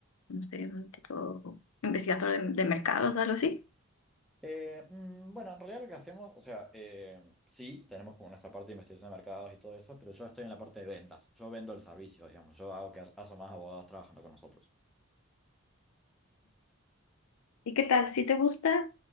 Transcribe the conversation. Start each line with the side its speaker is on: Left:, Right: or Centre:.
Left: no sé, un tipo investigador de, de mercados, algo así.
Centre: Eh, mm, bueno, en realidad lo que hacemos, o sea, eh, sí, tenemos como nuestra parte de investigación de mercados y todo eso, pero yo estoy en la parte de ventas. Yo vendo el servicio, digamos. Yo hago que ha- haya más abogados trabajando con nosotros.
Left: ¿Y qué tal? ¿Si te gusta?